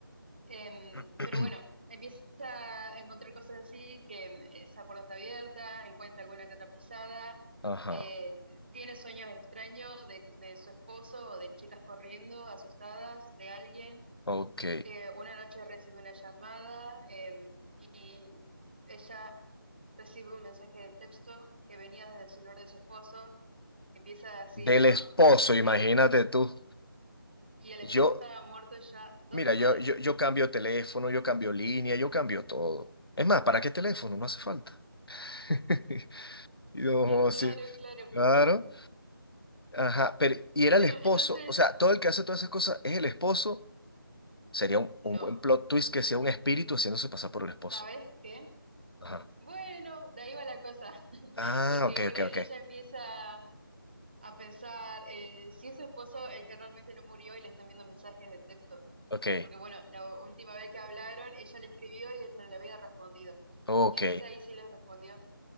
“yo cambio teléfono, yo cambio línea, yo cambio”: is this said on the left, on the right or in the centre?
Left